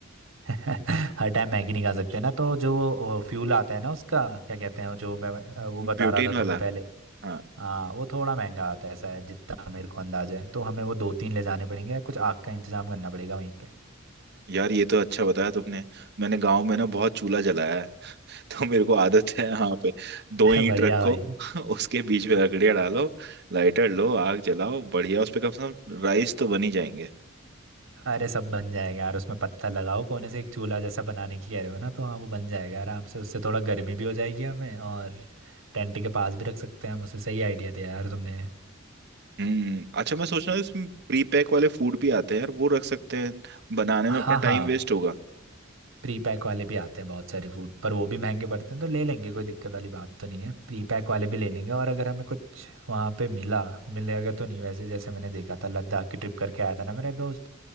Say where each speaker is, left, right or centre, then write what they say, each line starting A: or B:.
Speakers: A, on the right (about 70°); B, on the right (about 55°).
A: <laughs> हर टाइम मैगी नहीं खा सकते ना तो जो फ्यूल आता है ना उसका क्या कहते हैं वो जो मैं अ, वो बता
B: ब्यूटेन
A: रहा था
B: वाला
A: तुम्हें पहले
B: हाँ
A: हाँ वो थोड़ा महंगा आता है ऐसा है जितना मेरे को अंदाजा है तो हमें वो दो तीन ले जाने पड़ेंगे या कुछ आग का इंतजाम करना पड़ेगा वहीं पे
B: यार ये तो अच्छा बताया तुमने मैंने गांव में ना बहुत चूल्हा जलाया है तो मेरे को आदत है यहाँ पे दो
A: <laughs>
B: ईंट
A: बढ़िया
B: रखो
A: भाई
B: <laughs> उसके बीच में लकड़ियाँ डालो लाइटर लो आग जलाओ बढ़िया उस पे कम से कम राइस तो बन ही जाएंगे
A: अरे सब बन जाएगा यार उसमें पत्थर लगाओ कोने से एक चूल्हा जैसा बनाने की कह रहे हो ना तो हाँ वो बन जाएगा आराम से उससे थोड़ा गर्मी भी हो जाएगी हमें और टेंट के पास भी रख सकते हैं हम उसे सही आइडिया दिया यार तुमने
B: हम्म अच्छा मैं सोच रहा हूँ इसमें प्री पैक वाले फूड भी आते हैं यार वो रख सकते हैं बनाने
A: हाँ
B: में अपना
A: हाँ
B: टाइम वेस्ट होगा
A: प्री पैक वाले भी आते हैं बहुत सारे फूड पर वो भी महंगे पड़ते हैं तो ले लेंगे कोई दिक्कत वाली बात तो नहीं है प्री पैक वाले भी ले लेंगे और अगर हमें कुछ वहाँ पे मिला मिलेगा तो नहीं वैसे जैसे मैंने देखा था लद्दाख की ट्रिप करके आया था ना मेरा दोस्त